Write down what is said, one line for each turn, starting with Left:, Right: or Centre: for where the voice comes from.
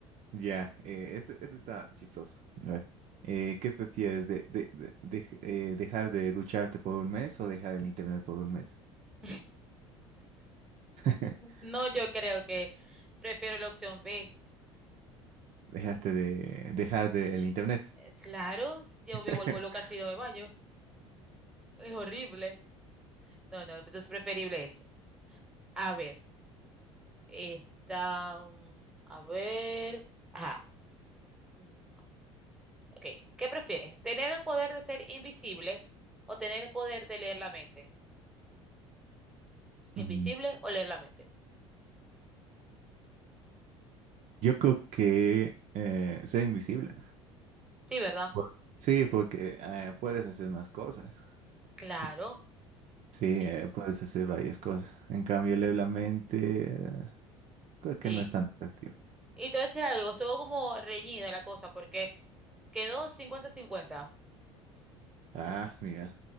Right: Ya, eh, este, este está chistoso. A ver, eh, ¿qué prefieres? De, de- de- dej- eh, ¿dejar de ducharte por un mes o dejar el internet por un mes?
Centre: <laughs>
Right: <laughs>
Centre: No, yo creo que prefiero la opción B.
Right: Dejaste de dejar de el internet.
Centre: Eh, Claro, yo
Right: <laughs>
Centre: me vuelvo loca si no me baño, es horrible. No, no, entonces preferible ese. A ver, esta, mm, a ver, ajá, mm, ok, ¿qué prefieres? ¿Tener el poder de ser invisible o tener el poder de leer la mente?
Right: Mm,
Centre: ¿Invisible o leer la mente?
Right: Yo creo que eh, ser invisible.
Centre: Sí, ¿verdad?
Right: Por- Sí, porque eh, puedes hacer más cosas.
Centre: Claro,
Right: Y- Sí,
Centre: sí,
Right: eh, puedes hacer varias cosas. En cambio, leer la mente, eh, creo que
Centre: sí.
Right: no es tan atractivo.
Centre: Y te voy a decir algo, estuvo como reñida la cosa porque quedó cincuenta-cincuenta.
Right: Ah, mira.